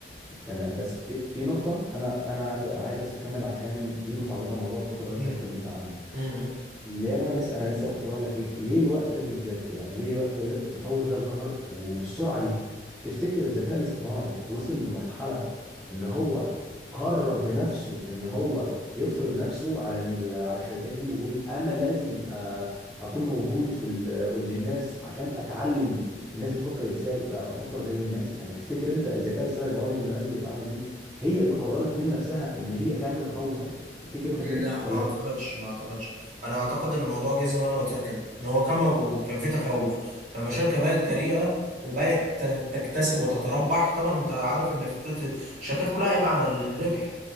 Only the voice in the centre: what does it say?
تمام بس في في نقطة أنا أنا عايز عايز بس أكمل عشان دي متعلقة بموضوع الخطورة اللي
أنت اتكلمت عنه
اللي انا لسه انا لسه كنت بقول لك ايه ليه الوقت ده بالذات يعني ليه الوقت ده بالذات التطور ده ظهر وبالسرعه دي تفتكر الذكاء الاصطناعي وصل لمرحله ان هو قرر بنفسه ان هو يفرض نفسه على ال- على الشركات دي ويقول انا لازم آه، اكون موجود في ال- للناس عشان اتعلم الناس بتفكر ازاي بقى بفكر زي الناس يعني تفتكر انت الذكاء الاصطناعي البرامج النماذج اللي اتعملت دي هي اللي قررت من نفسها ان هي تعمل التطور ده تفتكر انت
كده ولا